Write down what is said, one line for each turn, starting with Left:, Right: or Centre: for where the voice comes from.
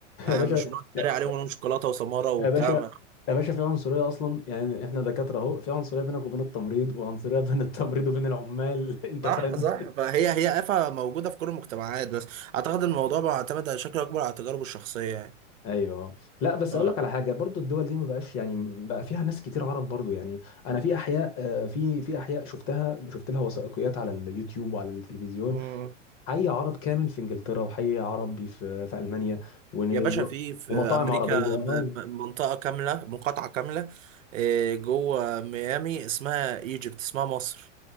Right: آه،
Left: يا باشا
Right: مش بنقعد
Left: يا
Right: نتريق عليهم ونقول شوكولاته وسماره وبتاع
Left: يا باشا
Right: ما-
Left: يا باشا في عنصريه اصلا يعني احنا دكاتره اهو في عنصريه بينك وبين التمريض وعنصريه بين التمريض وبين العمال <laughs> انت
Right: صح
Left: فاهم
Right: صح فهي هي آفة موجوده في كل المجتمعات بس اعتقد الموضوع بيعتمد على شكل اكبر على التجارب الشخصيه يعني
Left: ايوه لا بس
Right: اه
Left: اقول لك على حاجه برضو الدول دي ما بقاش يعني بقى فيها ناس كتير عرب برضو يعني انا في احياء آه، في في احياء شفتها شفت لها وثائقيات على اليوتيوب وعلى التلفزيون
Right: مم.
Left: حي عرب كامل في انجلترا وحي عربي في في المانيا ون-
Right: يا باشا
Left: و-
Right: في في
Left: ومطاعم
Right: امريكا
Left: عربيه اه
Right: م- م- منطقه كامله مقاطعه كامله آه، جوه ميامي اسمها ايجيبت اسمها مصر